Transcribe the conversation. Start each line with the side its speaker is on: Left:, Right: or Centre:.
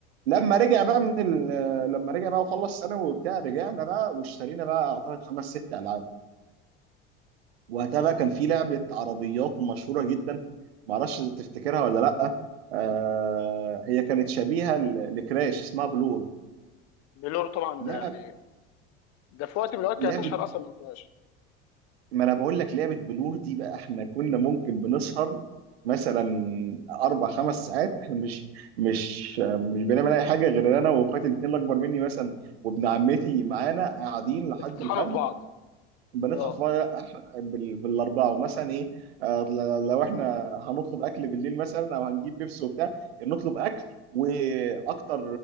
Right: لما رجع بقى من لما رجع بقى وخلص ثانوي وبتاع رجعنا بقى واشترينا بقى اعتقد خمس ست العاب وقتها
Left: مم.
Right: بقى كان في لعبه عربيات مشهوره جدا معرفش تفتكرها ولا لا آه هي كانت شبيهه ل- لكراش اسمها بلور
Left: بلور طبعا
Right: لعب
Left: ده يعني ده في وقت من الاوقات
Right: لعبه
Left: كانت اشهر اصلا من كراش
Right: ما انا بقول لك لعبه بلور دي بقى احنا كنا ممكن بنسهر مثلا اربع خمس ساعات احنا مش مش مش بنعمل اي حاجه غير انا واخواتي الاثنين الاكبر مني مثلا وابن عمتي معانا قاعدين
Left: بتطحنوا
Right: لحد الفجر
Left: في بعض
Right: بندفع
Left: اه
Right: في مرة أح- بال- بالاربعه ومثلا ايه آه، ل- لو احنا هنطلب اكل بالليل مثلا او هنجيب بيبسي وبتاع نطلب اكل واكتر